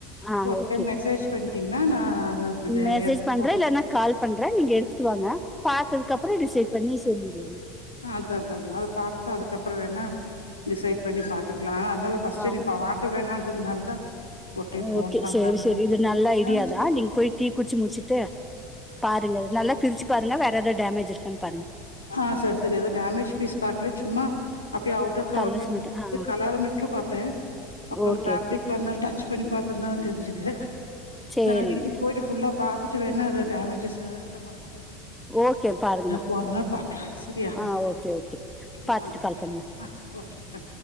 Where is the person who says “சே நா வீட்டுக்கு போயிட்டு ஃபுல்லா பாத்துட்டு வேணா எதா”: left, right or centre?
Left